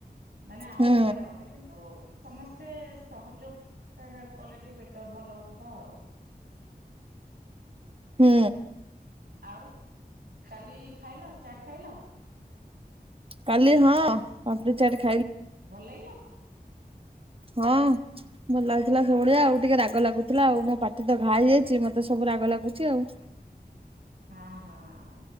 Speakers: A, on the right; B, on the right.
A: ମାନେ ଆହୁରି
B: ହୁଁ
A: ବଢିଆ ହୁଅନ୍ତା କିନ୍ତୁ ସମସ୍ତେ ସହଯୋଗ ଟ କଲେ ଟିକେ ବେଟର ଭଲ ହୁଅନ୍ତା ଆଉ
B: ହୁଁ
A: ଆଉ କାଲି ଖାଇଲ ଚାଟ ଖାଇଲ
B: କାଲି ହଁ ପାଟ ଚାର
A: ଭଲ ଲାଗଲା
B: ହଁ ଭଲ ଲାଗୁଥିଲା ସେଇଭଳିଆ ଆଉ ଟିକେ ରାଗ ଲାଗୁଥିଲା ଆଉ ମୋ ପାଟି ତ ଘା ହେଇଯାଇଛି ମତେ ସବୁ ରାଗ ଲାଗୁଛି ଆଉ
A: ହଁ ହଁ